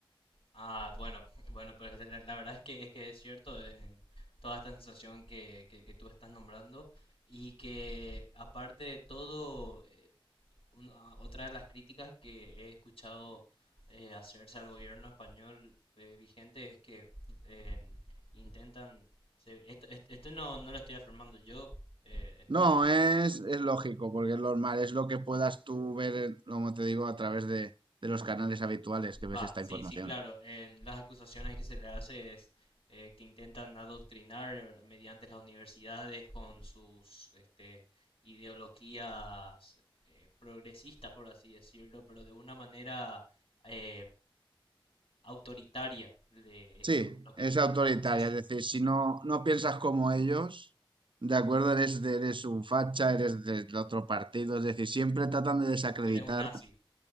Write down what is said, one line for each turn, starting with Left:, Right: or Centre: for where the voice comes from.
Left: Ah, bueno, bueno, pues la, la verdad es que es que es cierto, es toda esta sensación que, que, que tú estás nombrando y que aparte de todo, eh, una- otra de las críticas que he escuchado eh, hacerse al gobierno español eh, vigente es que eh, intentan, se- esto, esto esto no, no lo estoy afirmando yo, eh, estoy
Right: No, es, es lógico, porque es normal, es lo que puedas tú ver, como te digo, a través de, de los canales habituales que ves
Left: Va,
Right: esta
Left: sí,
Right: información.
Left: sí, claro. En las acusaciones que se le hace es eh, que intentan adoctrinar mediante las universidades con sus este, ideologías eh, progresistas, por así decirlo, pero de una manera eh, autoritaria. de eso
Right: Sí,
Left: es lo que
Right: es
Left: dicen
Right: autoritaria,
Left: las acusaciones.
Right: es decir, si no, no piensas como ellos, de acuerdo, eres de, eres un facha, eres del otro partido, es decir, siempre tratan de desacreditar
Left: Eres un nazi.